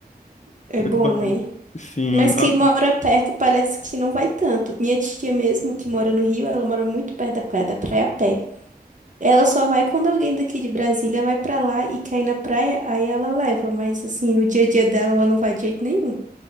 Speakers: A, on the right; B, on the left.
A: É
B: Muito
A: bom,
B: bacana.
A: né?
B: Sim,
A: Mas quem
B: nossa.
A: mora perto parece que não vai tanto. Minha tia mesmo, que mora no Rio, ela mora muito perto da praia, da praia a pé. Ela só vai quando alguém daqui de Brasília vai pra lá e quer ir na praia, aí ela leva. Mas, assim, no dia a dia dela, ela não vai de jeito nenhum.